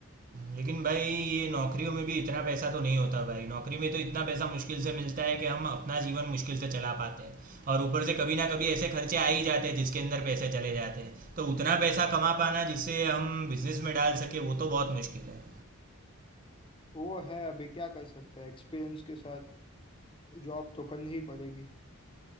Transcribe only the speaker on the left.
वो है अभी क्या कर सकते हैं एक्सपीरियंस के साथ जॉब तो करनी ही पड़ेगी